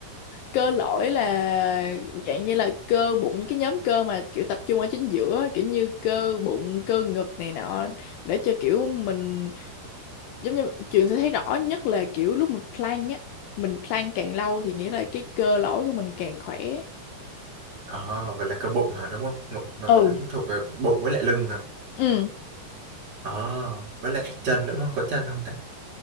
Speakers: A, on the left; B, on the right.
A: cơ lõi là dạng như là cơ bụng những cái nhóm cơ mà kiểu tập trung ở chính giữa kiểu như cơ bụng cơ ngực này nọ để cho kiểu mình giống như trường sẽ thấy rõ nhất là kiểu lúc mà plank á mình plank càng lâu thì nghĩa là cái cơ lõi của mình càng khỏe
B: Ờ, vậy là cơ bụng hả đúng không? Ngục- Nó
A: ừ
B: thuộc về bụng với lại lưng hả?
A: ừ
B: ờ với lại chân nữa không? có chân không ta